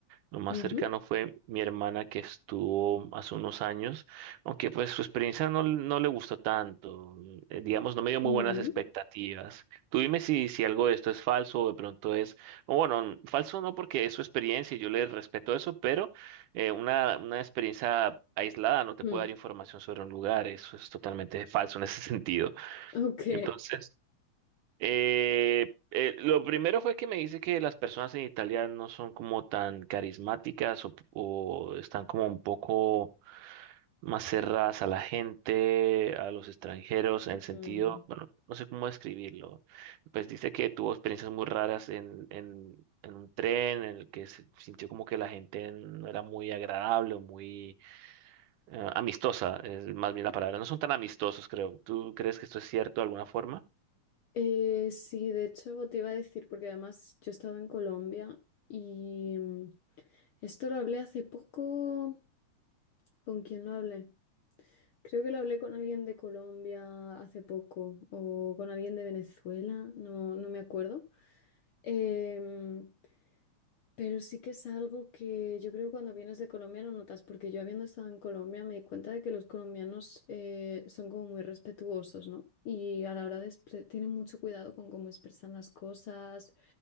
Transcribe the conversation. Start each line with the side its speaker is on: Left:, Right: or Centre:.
Right: Lo más
Left: ujú,
Right: cercano fue mi hermana que estuvo hace unos años, aunque pues su experiencia no, no le gustó tanto, mm, eh, digamos, no me dio muy
Left: mm,
Right: buenas expectativas. Tú dime si, si algo de esto es falso o de pronto es, o bueno, falso no porque es su experiencia y yo le respeto eso, pero eh, una, una experiencia aislada no te
Left: mm,
Right: puede dar información sobre un lugar, eso es totalmente falso en ese <laughs> sentido.
Left: Ok.
Right: Entonces... Eh, eh, lo primero fue que me dice que las personas en Italia no son como tan carismáticas o, o están como un poco más cerradas a la gente, a los extranjeros, en
Left: Mm.
Right: el sentido, bueno, no sé cómo describirlo. Pues dice que tuvo experiencias muy raras en, en, en un tren en el que se sintió como que la gente no era muy agradable o muy eh, amistosa, es más bien la palabra. No son tan amistosos, creo. ¿Tú crees que esto es cierto de alguna forma?
Left: Eh, sí, de hecho te iba a decir, porque además yo he estado en Colombia y mm, esto lo hablé hace poco. ¿Con quién lo hablé? Creo que lo hablé con alguien de Colombia hace poco o con alguien de Venezuela, no, no me acuerdo. Em, pero sí que es algo que yo creo que cuando vienes de Colombia no notas, porque yo habiendo estado en Colombia me di cuenta de que los colombianos eh, son como muy respetuosos, ¿no? Y a la hora de expre- tienen mucho cuidado con cómo expresan las cosas